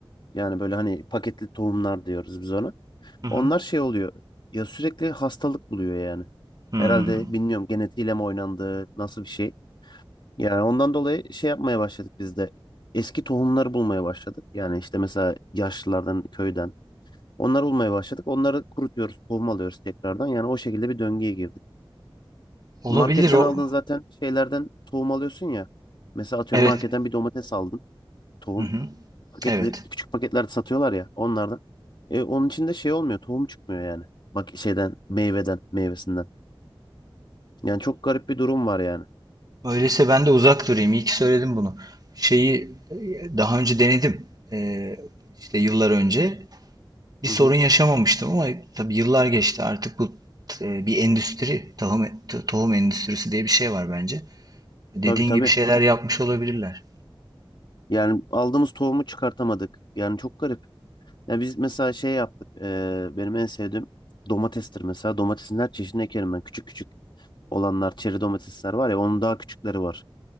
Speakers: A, on the left; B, on the right.
A: yani böyle hani paketli tohumlar diyoruz biz ona.
B: Hı hı.
A: Onlar şey oluyor ya sürekli hastalık buluyor yani.
B: Hmm.
A: Herhalde bilmiyorum genetiğiyle mi oynandı nasıl bir şey. Yani ondan dolayı şey yapmaya başladık biz de. Eski tohumları bulmaya başladık. Yani işte mesela yaşlılardan, köyden. Onları bulmaya başladık. Onları kurutuyoruz, tohum alıyoruz tekrardan. Yani o şekilde bir döngüye girdik.
B: Olabilir
A: Marketten
B: o.
A: aldığın zaten şeylerden tohum alıyorsun ya. Mesela atıyorum
B: Evet.
A: marketten bir domates aldın tohum.
B: Hı hı.
A: paketli
B: Evet.
A: küçük paketlerde satıyorlar ya onlardan. E, onun içinde şey olmuyor tohum çıkmıyor yani. Bak şeyden meyveden meyvesinden. Yani çok garip bir durum var yani.
B: Öyleyse ben de uzak durayım. İyi ki söyledim bunu. Şeyi e, daha önce denedim. Ee, işte yıllar önce. Bir
A: Hı
B: sorun
A: hı.
B: yaşamamıştım ama tabii yıllar geçti. Artık bu e, bir endüstri. Tohum, to- tohum endüstrisi diye bir şey var bence. Dediğin
A: Tabii tabii.
B: gibi şeyler yapmış olabilirler.
A: Yani aldığımız tohumu çıkartamadık. Yani çok garip. Ya biz mesela şey yaptık. e, benim en sevdiğim domatestir mesela. Domatesin her çeşidini ekerim ben. Küçük küçük olanlar çeri domatesler var ya onun daha küçükleri var.